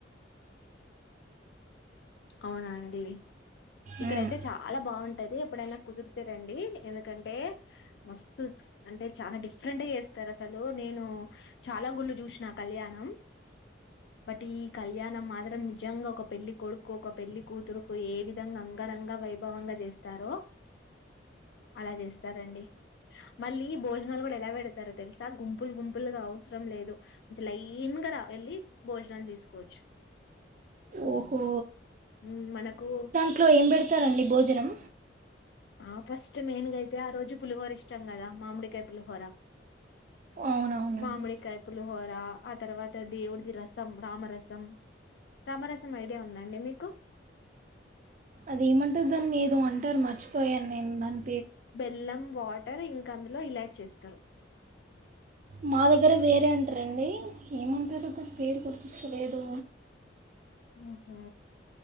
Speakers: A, on the left; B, on the right.
A: అవునండి ఇక్కడైతే
B: మ్మ్.
A: చాలా బాగుంటది ఎప్పుడైనా కుదురు చరండి ఎందుకంటే మస్తు అంటే చానా డిఫరెంట్ గా చేస్తారు అసలు నేను చాలా గుళ్ళు చూసిన కళ్యాణం. బట్ ఈ కళ్యాణం మాత్రం నిజంగా ఒక పెళ్లి కొడుకు, ఒక పెళ్లి కూతురుకు ఏవి. ధంగా అంగరంగ వైభవంగా జేస్తారో అలా జేస్తారండి. మళ్ళీ భోజనాలు గూడా ఎలా వెడతారో తెలుసా గుంపులు గుంపులుగా అవసరం లేదు చ లైన్గా రా వెళ్ళి భోజనాలు తీసుకోవచ్చు.
B: ఓహో
A: ఊమ్ మనకు
B: ట్లో ఏం బెడతారండి బో ఉజరం
A: ఆ ఫస్ట్ మెయిన్గా అయితే ఆ రోజు పులిహోర ఇష్టం గదా మామిడికాయ్ పులిహోర
B: అవునవునండి
A: మామిడికాయ పులిహోర ఆ తర్వా త దేవుడుది రసం రామరసం తామరసం ఐడియా ఉందా అండి మీకు
B: అది ఏమంటారు దాన్ని ఏదో అంటారు మర్చిపోయాను నేను దాన్
A: బెల్లం వాట్ టరు ఇంకా అందులో ఇలాచి ఏస్తరు
B: మా దగ్గర వేరే అంటరండి ఏమంటారు దాని పేరు గుర్తొస్తలేదు
A: ఉహూ